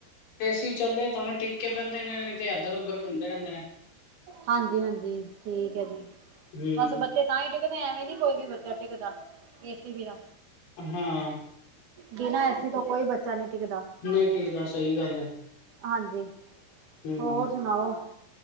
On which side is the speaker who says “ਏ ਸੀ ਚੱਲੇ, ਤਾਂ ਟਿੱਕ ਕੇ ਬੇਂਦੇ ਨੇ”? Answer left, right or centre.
Left